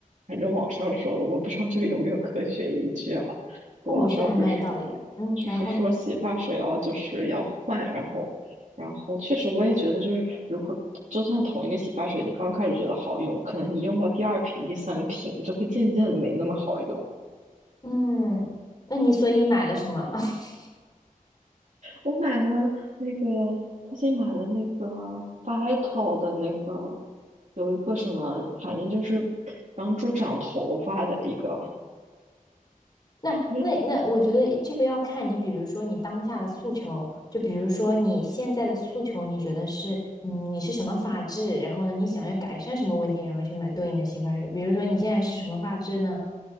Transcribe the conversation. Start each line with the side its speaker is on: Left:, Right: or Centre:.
Right: 反正网上说的，我不知道这个有没有科学依据哈。
Left: 哦，
Right: 网上不是
Left: 我觉得还蛮有道理的。嗯，
Right: 就是说洗发水哦，
Left: 然后呢？
Right: 就是要换，然后然后确实我也觉得就是如果就算同一个洗发水，你刚开始觉得好用，可能你用到第二瓶、第三瓶就会渐渐的没那么好用。
Left: 嗯，那你所以买了什么？<laughs>
Right: 我买了那个，最近买了那个 Vital 的那个，有一个什么，反正就是帮助长头发的一个。
Left: 那那那，
Right: 因为
Left: 我觉得这个要看你，比如说你当下的诉求，就比如说你现在的诉求，你觉得是，嗯，你是什么发质，然后呢，你想要改善什么问题，然后去买对应的洗发水。比如说你现在是什么发质呢？